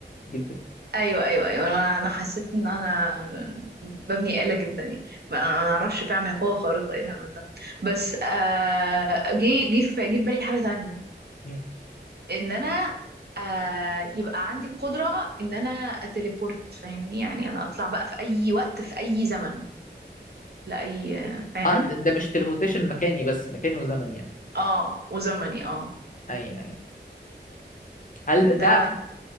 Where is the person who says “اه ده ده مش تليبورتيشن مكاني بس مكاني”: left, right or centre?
Left